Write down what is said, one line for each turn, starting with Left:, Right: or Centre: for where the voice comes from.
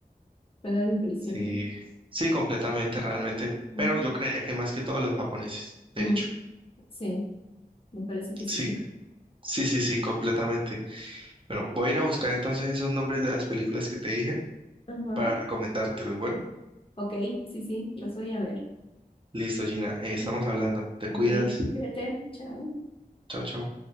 Left: me da la impresión.
Right: Sí, sí, completamente, realmente.
Left: Mm,
Right: Pero yo creería que más que todos los japoneses, de
Left: mm,
Right: hecho.
Left: sí, me parece que sí.
Right: Sí,
Left: <laughs>
Right: sí, sí, sí, completamente. Bueno, voy a ir a buscar entonces esos nombres de las películas que te dije
Left: Ajá,
Right: para recomendártelos. Bueno,
Left: ok, sí, sí, lo voy a ver.
Right: listo, Gina, eh,
Left: Sí,
Right: estamos hablando. Te
Left: ok,
Right: cuidas.
Left: cuídate, chao.
Right: Chao, chao.